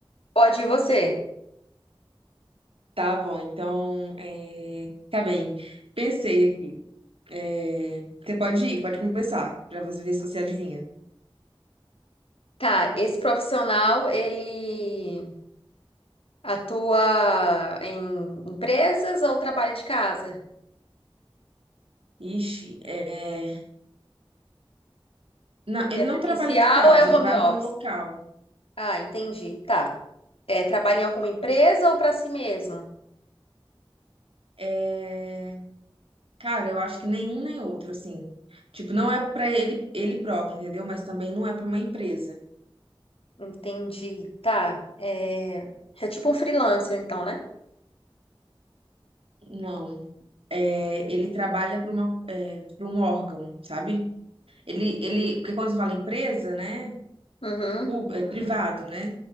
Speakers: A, on the left (about 80°); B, on the right (about 80°).
A: Pode ir você.
B: Tá bom, então, é, tá bem. Pensei aqui. É, você pode ir, pode começar, pra você ver se você adivinha.
A: Tá, esse profissional, ele atua em empresas ou trabalha de casa?
B: Ixi, é... Não, ele
A: Ele é presencial
B: não trabalha de casa,
A: ou é home
B: ele vai
A: office?
B: para um local.
A: Ah, entendi. Tá. É, trabalha em alguma empresa ou para si mesmo?
B: É... Cara, eu acho que nenhum nem outro, assim. Tipo, não é pra ele, ele próprio, entendeu? Mas também não é pra uma empresa.
A: Entendi. Tá. É, é tipo um freelancer, então, né?
B: Não. É, ele trabalha para uma, é, para um órgão, sabe? Ele, ele, porque quando você fala empresa, né?
A: Uhum.
B: Pub- É privado, né?